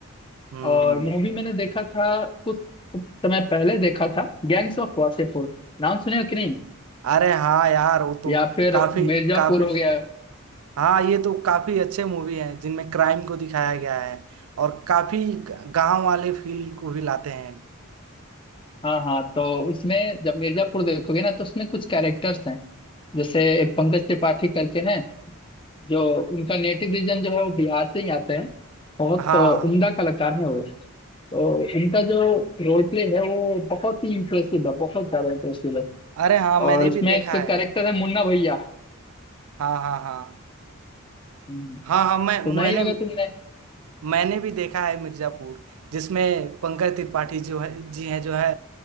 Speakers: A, on the right; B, on the left.
A: हम्म
B: और मूवी मैंने देखा था कुछ समय पहले देखा था गैंग्स ऑफ वासेपुर नाम सुने हो कि नहीं
A: अरे हाँ यार वो तो
B: या फिर
A: काफी
B: मिर्जापुर
A: काफी
B: हो गया
A: हाँ ये तो काफी अच्छे मूवी हैं जिनमें क्राइम को दिखाया गया है और काफी ग- गांव वाले फील को भी लाते हैं
B: हाँ हाँ तो उसमें जब मिर्जापुर देखोगे ना तो उसमें कुछ कैरेक्टर्स हैं जैसे एक पंकज त्रिपाठी करके हैं जो उनका नेटिव रीजन जो है वो बिहार से ही आते हैं बहुत
A: हाँ
B: अ, उम्दा कलाकार हैं वो तो इनका जो रोल प्ले है वो बहुत ही इम्प्रेसिव है बहुत ज्यादा इम्प्रेसिव है
A: अरे हाँ मैंने
B: और इसमें
A: भी देखा
B: एक
A: है
B: कैरेक्टर है मुन्ना भैया
A: हाँ हाँ हाँ
B: हम्म,
A: हाँ हाँ मैं
B: सुना
A: मैंने
B: ही होगा तुमने
A: मैंने भी देखा है मिर्जापुर जिसमें पंकज त्रिपाठी जो है जी हैं जो है